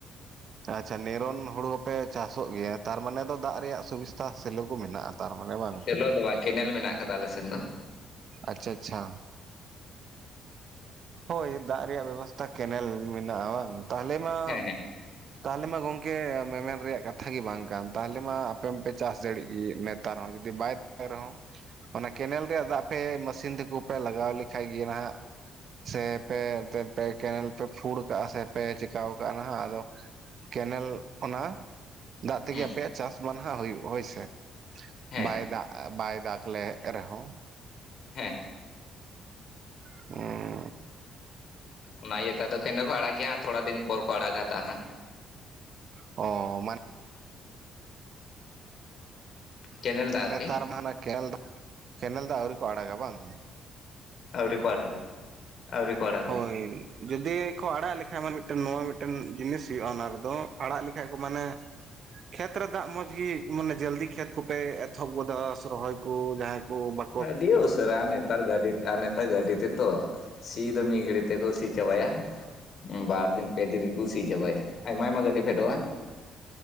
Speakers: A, on the right; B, on the left.
A: ᱟᱪᱪᱷᱟ ᱱᱮᱨᱚᱱ ᱦᱳᱲᱳ ᱦᱚᱸᱯᱮ ᱪᱟᱥᱚᱜ ᱜᱮᱭᱟ᱾ ᱛᱟᱨᱢᱟᱱᱮ ᱫᱚ ᱫᱟᱜ ᱨᱮᱭᱟᱜ ᱥᱩᱵᱤᱥᱛᱟ, ᱥᱮᱞᱳ ᱠᱚ ᱢᱮᱱᱟᱜᱼᱟ, ᱛᱟᱨᱢᱟᱱᱮ ᱵᱟᱝ᱾
B: ᱥᱮᱞᱚ ᱫᱚ ᱵᱟᱝ ᱠᱮᱱᱮᱞ ᱢᱮᱱᱟᱜ ᱠᱟᱫᱟ ᱟᱞᱮᱥᱮᱱ ᱫᱚ᱾
A: ᱟᱪᱪᱷᱟ-ᱟᱪᱪᱷᱟ᱾ ᱦᱳᱭ ᱫᱟᱜ ᱨᱮᱭᱟᱜ ᱵᱮᱵᱚᱥᱛᱷᱟ, ᱠᱮᱱᱮᱞ ᱢᱮᱱᱟᱜᱼᱟ, ᱵᱟᱝ ᱛᱟᱦᱚᱞᱮ ᱢᱟ
B: ᱦᱮᱸ ᱦᱮᱸ
A: ᱛᱟᱦᱚᱞᱮ ᱢᱟ ᱜᱚᱝᱠᱮ, ᱢᱮᱢᱮᱱ ᱨᱮᱭᱟᱜ ᱠᱟᱛᱷᱟ ᱜᱮ, ᱵᱟᱝ ᱠᱟᱱ ᱛᱟᱦᱚᱞᱮ ᱢᱟ ᱟᱯᱮ ᱢᱟᱯᱮ ᱪᱟᱥ ᱫᱟᱲᱮᱜ ᱜᱮ ᱱᱮᱛ ᱛᱟᱣᱨᱮ ᱦᱚᱸ ᱡᱚᱫᱤ ᱵᱟᱭ ᱫᱟᱜ ᱨᱮᱦᱚᱸᱼᱼ ᱚᱱᱟ ᱠᱮᱱᱮᱞ ᱨᱮᱭᱟᱜ ᱫᱟᱜ ᱯᱮ, ᱢᱟᱹᱥᱤᱱ ᱛᱮᱠᱚ ᱯᱮ ᱞᱟᱜᱟᱣ ᱞᱮᱠᱷᱟᱡ ᱜᱮ, ᱱᱟᱦᱜ ᱥᱮ ᱯᱮ ᱮᱱᱛᱮᱫ ᱯᱮ ᱠᱮᱱᱮᱞ ᱯᱮ ᱯᱷᱩᱲ ᱠᱟᱜᱼᱟ, ᱥᱮ ᱯᱮ ᱪᱤᱠᱟᱹᱣ ᱠᱟᱜᱼᱟ, ᱱᱟᱦᱜ ᱟᱫᱚ ᱠᱮᱱᱮᱞ ᱚᱱᱟ ᱫᱟᱜ ᱛᱮᱜᱮ
B: ᱦᱩᱸ
A: ᱟᱯᱮᱭᱟᱜ ᱪᱟᱥ ᱢᱟ ᱱᱟᱦᱟᱜ, ᱦᱳᱭᱩᱜ ᱦᱳᱭᱥᱮ,
B: ᱦᱮᱸ
A: ᱵᱟᱭ ᱫᱟᱜᱼᱟ ᱵᱟᱭ ᱫᱟᱜᱽ ᱞᱮ ᱨᱮᱦᱚᱸ᱾
B: ᱦᱮᱸ᱾
A: <inaudible>
B: ᱚᱱᱟ ᱤᱭᱟᱹ ᱛᱚ ᱫᱚ ᱠᱮᱱᱟᱹ ᱠᱚ ᱟᱲᱟᱜ ᱜᱮᱭᱟ ᱛᱷᱚᱲᱟ ᱫᱤᱱ ᱯᱚᱨ ᱠᱚ ᱟᱲᱟᱜᱟ ᱫᱟᱜ ᱦᱟᱸᱜ᱾
A: ᱚ ᱢᱟᱱᱮ᱾
B: ᱠᱮᱱᱮᱞ ᱫᱟᱜ ᱟᱨᱠᱤ
A: ᱱᱮᱛᱟᱨ ᱢᱟ ᱦᱟᱱᱟ ᱠᱮᱞ ᱠᱮᱱᱮᱞ ᱫᱚ ᱟᱹᱣᱨᱤ ᱠᱚ ᱟᱲᱟᱜᱟ ᱵᱟᱝ?
B: ᱟᱹᱣᱲᱤ ᱠᱚ ᱟᱲᱟᱜᱟ ᱾ ᱟᱹᱣᱲᱤ ᱠᱚ ᱠᱚᱲᱟ᱾
A: ᱦᱳᱭ᱾ ᱡᱩᱫᱤ ᱠᱚ ᱟᱲᱟᱜ ᱞᱮᱠᱟᱡ ᱢᱟᱱᱮ ᱢᱤᱫᱴᱮᱱ ᱱᱚᱣᱟ ᱢᱤᱫᱴᱮᱱ ᱡᱤᱱᱤᱥ ᱦᱩᱭᱩᱜᱼᱟ ᱚᱱᱟ ᱨᱮᱫᱚ ᱟᱲᱟᱜ ᱞᱮᱠᱷᱟᱡ ᱠᱚ ᱢᱟᱱᱮ᱾ ᱠᱷᱮᱛᱨᱮ ᱫᱟᱜ ᱢᱚᱸᱡᱽᱜᱤ ᱢᱟᱱᱮ ᱡᱚᱞᱫᱤ ᱠᱷᱮᱛ ᱠᱚᱯᱮ ᱮᱛᱚᱦᱚᱵ ᱜᱚᱫᱟ ᱥᱚᱨᱚᱦᱚᱭ ᱠᱚ ᱡᱟᱦᱟᱸᱭ ᱠᱚ ᱵᱟ᱾
B: ᱟᱹᱰᱤ ᱩᱥᱟᱨᱟ ᱱᱮᱛᱟᱨ ᱜᱟᱹᱰᱤ᱾ ᱱᱮᱛᱟ ᱜᱟᱹᱰᱤ ᱛᱮ ᱛᱚ ᱥᱤ ᱫᱚ ᱢᱤ ᱜᱟᱹᱲᱤ ᱛᱮ ᱠᱚ ᱥᱤ ᱪᱟᱵᱟᱭᱟ᱾ ᱵᱟᱨ ᱫᱤᱱ ᱯᱮ ᱫᱤᱱ ᱠᱩ ᱥᱤ ᱡᱟᱵᱟᱭᱟ ᱟᱭᱢᱟ-ᱟᱭᱢᱟ ᱜᱟᱹᱰᱤ ᱯᱷᱮᱰᱚᱜᱼᱟ᱾